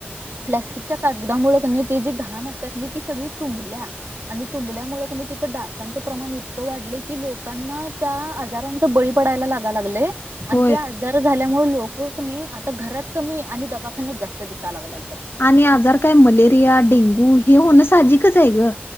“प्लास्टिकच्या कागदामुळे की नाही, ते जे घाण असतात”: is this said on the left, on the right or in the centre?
Right